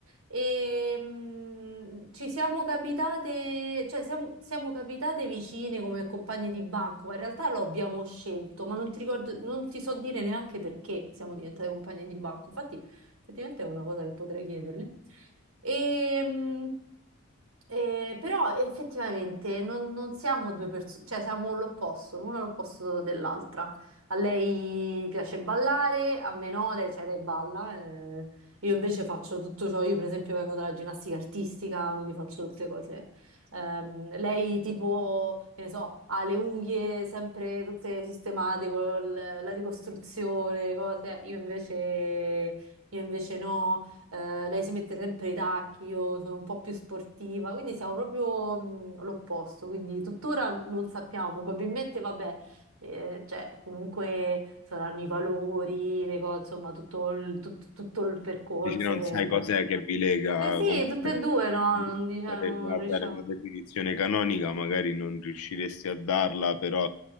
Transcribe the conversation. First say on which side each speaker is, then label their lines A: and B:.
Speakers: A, on the right; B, on the left.
A: e, mm, ci siamo capitate, cioè, siamo, siamo capitate vicine come compagne di banco, ma in realtà lo abbiamo scelto, ma non ti ricordo, non ti so dire neanche perché siamo diventate compagne di banco. Effettivamente è una cosa che potrei chiederle. Ehm, eh, però effettivamente non, non siamo due persone, cioè siamo l'opposto, l'una l'opposto dell'altra. A lei piace ballare, a me no, lei, cioè lei balla. eh. Io invece faccio tutto ciò, io per esempio vengo dalla ginnastica artistica, quindi faccio tutte cose. Ehm, lei tipo, che ne so, ha le unghie sempre tutte sistemate con la ricostruzione, cose. Io invece io invece no, eh, lei si mette sempre i tacchi, io sono un po' più sportiva, quindi siamo proprio mh, l'opposto, quindi tuttora non sappiamo, probabilmente vabbè, eh, cioè comunque saranno i valori, le cose, insomma tutto il, tut- tutto il percorso
B: Dici, non
A: che...
B: sai cos'è che vi lega,
A: che sì,
B: comunque
A: tutte e due no, non diciamo,
B: a
A: non riusciamo.
B: dare una definizione canonica, magari non riusciresti a darla, però